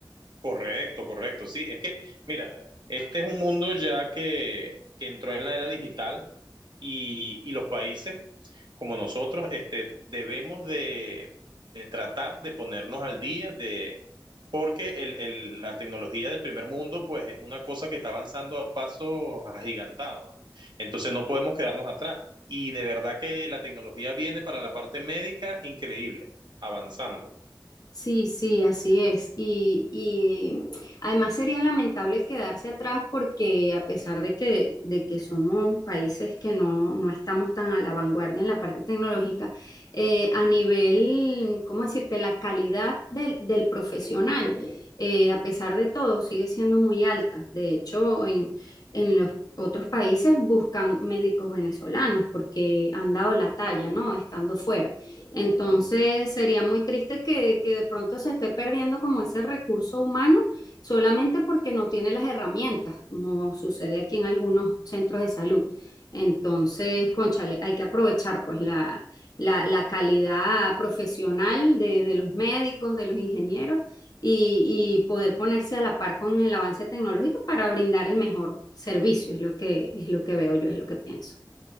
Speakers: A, on the right; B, on the left.
A: Correcto, correcto. Sí, es que, mira, este es un mundo ya que, que entró en la era digital y, y los países como nosotros este, debemos de, de tratar de ponernos al día de, porque el, el- la tecnología del primer mundo pues es una cosa que está avanzando a pasos agigantados. Entonces no podemos quedarnos atrás. Y de verdad que la tecnología viene para la parte médica increíble, avanzando.
B: Sí, sí, así es. Y, y además sería lamentable quedarse atrás porque a pesar de que, de que somos países que no, no estamos tan a la vanguardia en la parte tecnológica, eh, a nivel, ¿cómo decirte?, la calidad del, del profesional, eh, a pesar de todo, sigue siendo muy alta. De hecho, en, en los otros países buscan médicos venezolanos porque han dado la talla, ¿no?, estando fuera. Entonces sería muy triste que, que de pronto se esté perdiendo como ese recurso humano solamente porque no tiene las herramientas, como sucede aquí en algunos centros de salud. Entonces, cónchale, hay que aprovechar pues la, la, la calidad profesional de, de los médicos, de los ingenieros y, y poder ponerse a la par con el avance tecnológico para brindar el mejor servicio, es lo que, es lo que veo yo, es lo que pienso.